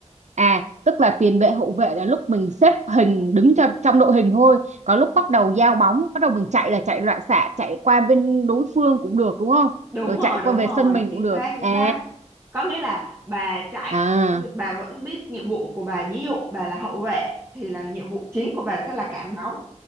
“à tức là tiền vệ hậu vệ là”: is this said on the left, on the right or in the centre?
Right